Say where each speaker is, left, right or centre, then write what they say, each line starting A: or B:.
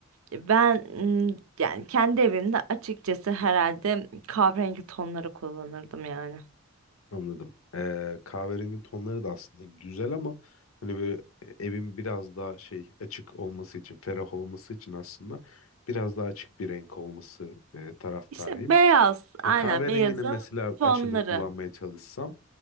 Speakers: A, on the right; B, on the left.
A: ben m, yani kendi evimde açıkçası herhalde kahverengi tonları kullanırdım yani.
B: Anladım. Ee, kahverengi tonları da aslında güzel ama hani böyle e, evin biraz daha şey açık olması için, ferah olması için aslında biraz daha açık bir renk olması e, taraftarıyım.
A: İşte beyaz,
B: E,
A: aynen
B: kahverenginin
A: beyazın
B: mesela
A: tonları.
B: açığını kullanmaya çalışsam